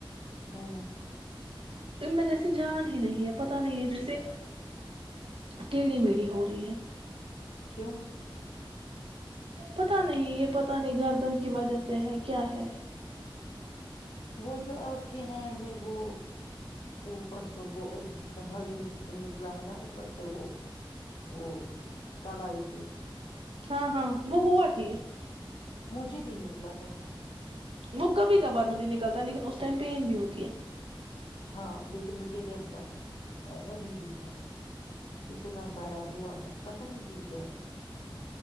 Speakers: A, on the left (about 75°); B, on the right (about 80°).
A: <inaudible>
B: ان میں جیسی جان ہی نہیں ہے پتا نہیں ہے جیسے ٹیڈی میڑھی ہو رہی ہے
A: کیوں
B: پتا نہیں یہ پتا نہیں گردن کی وجہ سے ہے کیا ہے
A: وہ جو آپ کے ہینڈ میں وہ اوپر سے وہ ہڈی نکلا ہے نا اوپر سے وہ وہ کلائی پہ
B: ہاں ہاں وہ ہوا ٹھیک
A: مجھے بھی نکلا ہے وہ
B: وہ کبھی کبھار مجھے نکلتا ہے لیکن اس ٹائم پین بھی ہوتی ہے
A: ہاں لیکن مجھے رہتا ہے ابھی بھی ہے اتنا بڑا ہوا ہے پتا نہیں یہ کیا ہے